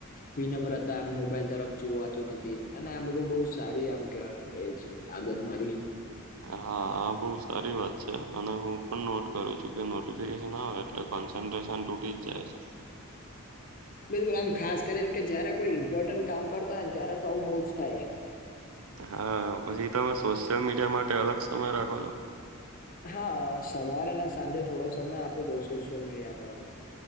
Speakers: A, on the left; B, on the right.
A: વિનમ્રતા આમ મોબાઈલ તરફ જોવાતું નથી અને આ બધું બહું સારી આમ કહેવાય ને એજ આદત મારી
B: હા આ બઉ સારી વાત છે અને હું પણ નોટ કરું છું કે નોટિફિકેશન આવે એટલે કોન્સન્ટ્રેશન તૂટી જ જાય છે.
A: બિલકુલ આમ ખાસ કરીને કે જયારે કોઈ ઈમ્પોર્ટન્ટ કામ કરતા હોય ને ત્યારે તો આવું બહુ જ થાય
B: હા પછી તમે સોશિયલ મીડિયા માટે અલગ સમય રાખો છો
A: હા સવારે ને સાંજે થોડો સમય આપી દઉ સોશિયલ મીડિયા તરફ